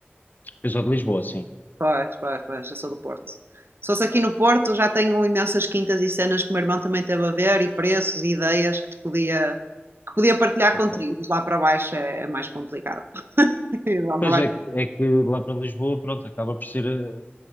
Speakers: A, on the left (about 45°); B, on the right (about 65°).
A: Eu sou de Lisboa, sim.
B: Pois, pois, pois, eu sou do Porto. Se fosse aqui no Porto, já tenho imensas quintas e cenas que o meu irmão também teve a ver, e preços e ideias que te podia que podia partilhar
A: Ok.
B: contigo, mas lá para baixo é, é mais complicado. <laughs> lá
A: Pois
B: para baixo
A: é, que-
B: é
A: é que lá para Lisboa, pronto, acaba por ser ah,